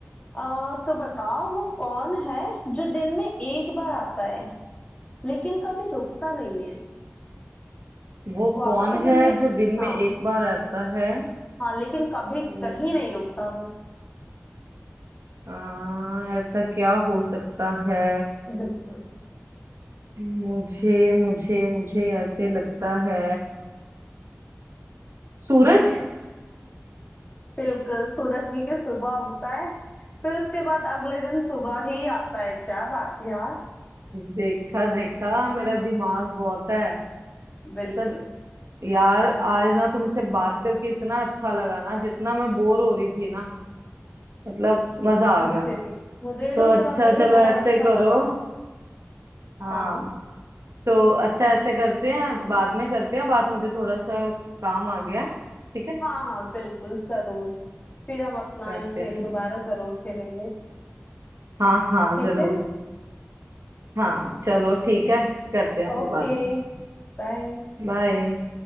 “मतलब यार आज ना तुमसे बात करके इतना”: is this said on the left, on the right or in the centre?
Right